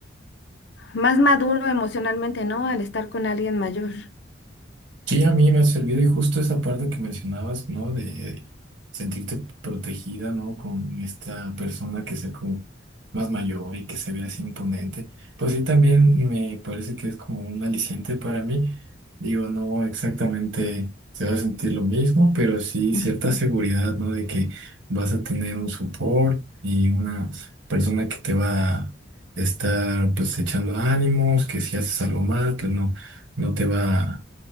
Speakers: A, on the left; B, on the right.
A: más maduro emocionalmente, ¿no? Al estar con alguien mayor.
B: Sí, a mí me ha servido y justo esa parte que mencionabas, ¿no? De sentirte protegida, ¿no? Con esta persona que sea como más mayor y que se vea así imponente. Pues sí, también me parece que es como un aliciente para mí. Digo, no exactamente se va a sentir lo mismo, pero sí cierta
A: Mm.
B: seguridad, ¿no? De que vas a tener un support y una persona que te va a estar pues echando ánimos, que si haces algo mal, pues no, no te va a